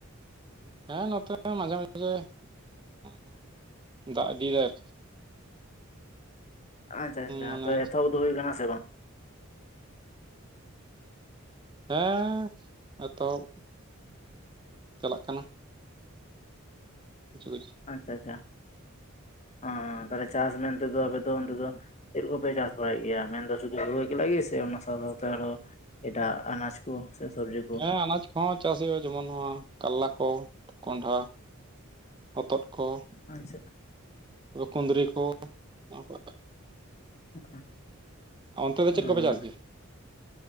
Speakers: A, on the right (about 20°); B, on the left (about 30°).
A: ᱦᱮᱸ ᱱᱚᱛᱮ ᱦᱚ ᱢᱟᱡᱷᱮ ᱢᱟᱡᱷᱮ <inaudible> ᱫᱟᱜ ᱤᱫᱤ ᱭᱮᱫᱟᱭ ᱟᱨᱠᱤ ᱾
B: <inaudible> ᱟᱪᱪᱷᱟ ᱟᱪᱪᱷᱟ,
A: ᱢᱟᱱᱮ
B: ᱟᱯᱮ ᱮᱛᱚᱦᱚᱵ ᱫᱚ ᱦᱩᱭ ᱠᱟᱱᱟ ᱥᱮ ᱵᱟᱝ?
A: ᱦᱮᱸ ᱮᱛᱚᱦᱚᱵ <inaudible> ᱪᱟᱞᱟᱜ ᱠᱟᱱᱟ ᱾ ᱠᱤᱪᱷᱩ ᱠᱤᱪ
B: ᱟᱪᱪᱷᱟ ᱟᱪᱪᱷᱟ ᱾ <inaudible> ᱚ, ᱛᱟᱦᱞᱮ ᱪᱟᱥ ᱢᱮᱱᱛᱮ ᱫᱚ ᱟᱵᱮᱱ ᱫᱚ ᱚᱱᱛᱮ ᱫᱚ ᱪᱮᱫ ᱠᱚᱯᱮ ᱪᱟᱥ ᱵᱟᱲᱟᱭᱮᱫ ᱜᱮᱭᱟ? ᱢᱮᱱᱫᱚ ᱥᱩᱫᱷᱩ ᱦᱩᱲᱩ ᱮᱠᱞᱟ ᱜᱮ ᱥᱮ ᱚᱱᱟ ᱥᱟᱶ ᱥᱟᱶᱛᱮ ᱟᱨᱚ ᱮᱴᱟᱜ ᱟᱱᱟᱡᱽ ᱠᱚ ᱥᱮ ᱥᱚᱵᱽᱡᱤ
A: ᱦᱮᱸ ᱟᱱᱟᱡᱽ ᱦᱚᱸ ᱪᱟᱥ ᱦᱩᱭᱩᱜᱼᱟ ᱾ ᱡᱮᱢᱚᱱ, ᱱᱚᱣᱟ ᱠᱟᱞᱞᱟ ᱠᱚ ᱠᱚᱸᱰᱷᱟ, ᱦᱚᱛᱚᱫ ᱠᱚ ᱾
B: ᱟᱪᱪᱷᱟ ᱾
A: ᱠᱩᱸᱫᱽᱨᱤ ᱠᱚ <unintelligible>
B: <unintelligible>
A: ᱚᱱᱛᱮ ᱫᱚ
B: ᱦᱮᱸ
A: ᱪᱮᱫ ᱠᱚᱯᱮ ᱪᱟᱥ ᱜᱮᱭᱟ ᱾